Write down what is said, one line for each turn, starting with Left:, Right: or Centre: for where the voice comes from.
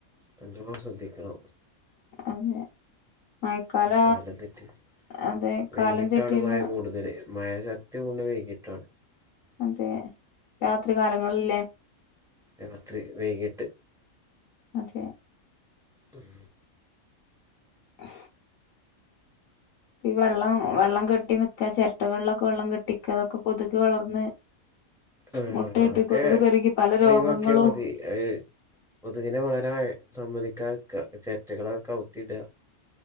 Centre: നല്ലോം ശ്രദ്ധിക്കണം
Left: അതെ മഴക്കാല
Centre: കാലം തെറ്റ്
Left: അതെ
Centre: വൈകിട്ടാണ്
Left: കാലം തെറ്റിയല്ലോ
Centre: മഴ കൂടുതല് മഴ ശക്തി കൊണ്ട് വൈകിട്ട് ട്ടാണ്
Left: അതെ രാത്രി കാലങ്ങളല്ലേ
Centre: രാത്രി വൈകിട്ട്
Left: അതെ
Centre: ഉം
Left: ഹ ഇ വെള്ളം വെള്ളം കെട്ടി നിക്കാ ചിരട്ടകളിലൊക്കെ വെള്ളം കെട്ടിക്ക അതൊക്കെ കൊതുക് വളർന്ന്
Centre: ഉം
Left: മുട്ടയിട്ട്
Centre: ആ ക്കെ
Left: കൊതുക് പെരുകി പല
Centre: ഒഴിവാക്കിയാ
Left: രോഗങ്ങളും
Centre: മതി അത് കൊതുകിനെ വളരാൻ സമ്മതിക്കാ രിക്ക ചെരട്ടകള കൗത്തിടാ